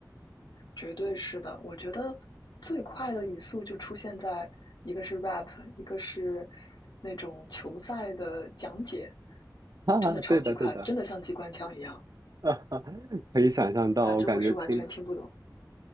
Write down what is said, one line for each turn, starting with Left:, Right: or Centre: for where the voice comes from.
Left: 绝对是的，我觉得最快的语速就出现在一个是 rap，一个是那种球赛的讲解。
Right: <laughs> 哈哈，
Left: 真的超级快，
Right: 对的，对的，
Left: 真的像机关枪一样。
Right: <laughs> 哈哈，可以想象到，
Left: 反正我是完全听不懂。
Right: 我感觉听